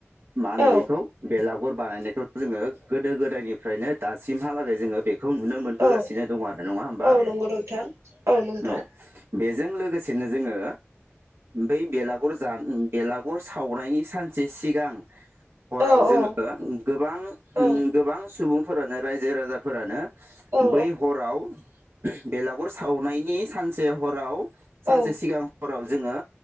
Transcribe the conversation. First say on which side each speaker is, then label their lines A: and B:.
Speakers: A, on the right; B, on the right.
A: मा होनो
B: औ
A: बेखौ बेलागुर बानायनायखौ जोङो गोदो गोदायनिफ्रायनो दासिमहालागै जोङो बे खौ नुनो मोनबोगासिनो
B: औ
A: दं आरो नङा होमबा
B: औ नंगौ नोंथां नोंथां
A: औ। बेजों लोगोसेनो जोङो बै बेलागुर जा बेलागुर सावनायनि सान से सिगां हराव
B: औ
A: जोङो
B: औ
A: गोबां-गोबां
B: औ
A: सुबुंफोरानो रायजो राजाफोरानो
B: औ
A: बै हराव बेलागुर सावनायनि सानसे हराव सानसे
B: औ
A: सिगां हराव जोङो